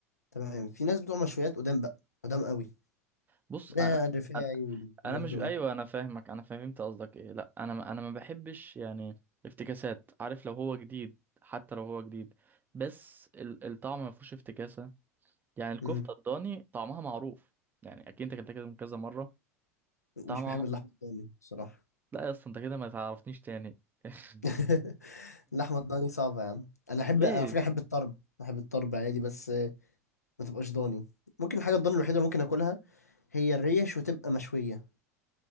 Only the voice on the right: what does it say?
بص
أنا
أنا
أنا مش
أيوه أنا فاهمك أنا فهمت قصدك إيه لأ أنا ما- أنا ما بحبش يعني افتكاسات عارف لو هو جديد حتى لو هو جديد بس ال- الطعم ما فيهوش افتكاسة يعني الكفتة
الضاني طعمها معروف يعني أكيد أنت أكلتها كده من كذا مرة طعمها
لا يا أسطى أنت كده ما تعرفنيش تاني <laughs>
ليه